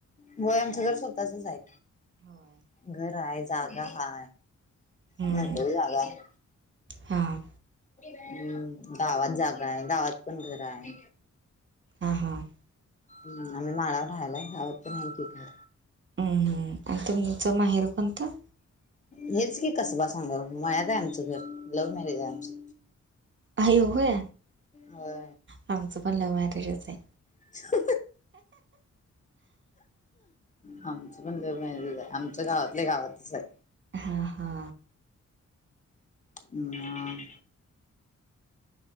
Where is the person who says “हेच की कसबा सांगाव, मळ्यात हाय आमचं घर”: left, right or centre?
Left